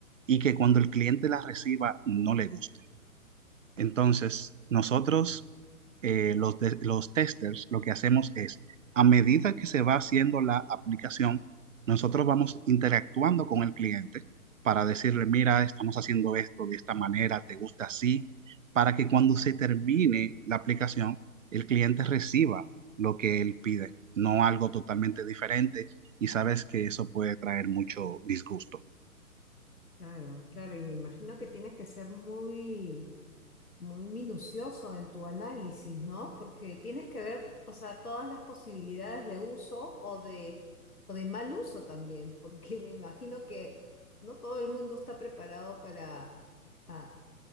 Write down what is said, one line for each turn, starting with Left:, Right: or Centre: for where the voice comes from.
Right: y que cuando el cliente la reciba no le guste. Entonces, nosotros, eh, los, de- los testers, lo que hacemos es, a medida que se va haciendo la aplicación, nosotros vamos interactuando con el cliente para decirle, mira, estamos haciendo esto de esta manera, ¿te gusta así? Para que cuando se termine la aplicación, el cliente reciba lo que él pide, no algo totalmente diferente. Y sabes que eso puede traer mucho disgusto.
Left: Claro, claro, y me imagino que tienes que ser muy muy minucioso en tu análisis, ¿no? Porque tienes que ver, o sea, todas las posibilidades de uso o de, o de mal uso también, <laughs> porque me imagino que no todo el mundo está preparado para, ah,